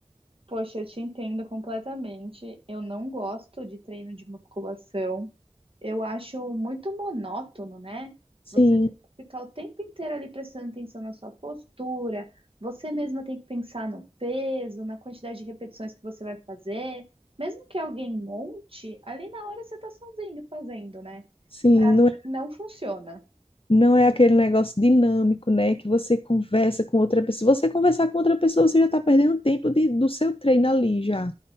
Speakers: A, on the right; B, on the left.
A: Poxa, eu te entendo completamente. Eu não gosto de treino de musculação. Eu acho muito monótono, né?
B: Sim,
A: Você tem que ficar o tempo inteiro ali prestando atenção na sua postura, você mesma tem que pensar no peso, na quantidade de repetições que você vai fazer. Mesmo que alguém monte, ali na hora você tá sozinho fazendo, né?
B: sim,
A: Pra mim
B: não é,
A: não funciona.
B: não é aquele negócio dinâmico, né? Que você conversa com outra pessoa. Se você conversar com outra pessoa, você já está perdendo tempo de, do seu treino ali já.